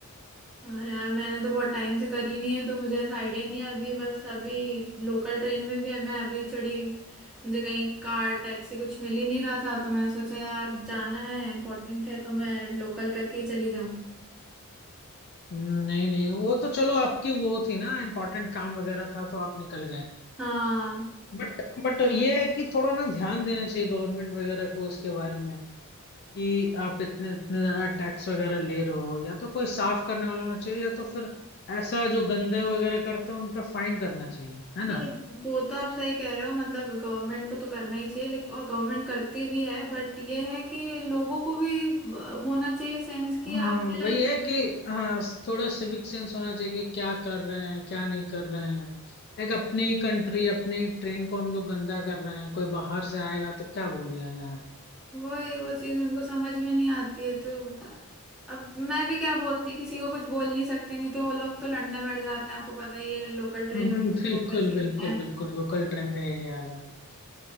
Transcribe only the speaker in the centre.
हाँ यार मैंने तो बहुत टाइम से करी नहीं है तो मुझे ऐसा आइडिया नहीं है अभी बस अभी लोकल ट्रेन में भी मैं अभी चढ़ी मुझे कहीं कार टैक्सी कुछ मिल ही नहीं रहा था तो मैंने सोचा यार जाना है इम्पोर्टेंट है तो मैं लोकल करके ही चली जाऊं
हाँ
ये वो तो आप सही कह रहे हो मतलब गवर्नमेंट को तो करना ही चाहिए लेकिन और गवर्नमेंट करती भी है बट ये है कि लोगों को भी अ, होना चाहिए सेंस कि
आप
यार
वही वो चीज उनको समझ में नहीं आती है तो अब मैं भी क्या बोलती किसी को कुछ बोल नहीं सकते नहीं तो वो लोग तो लड़ने बैठ जाते हैं आपको पता ही है लोकल
ट्रेन
लोग कैसे
होते हैं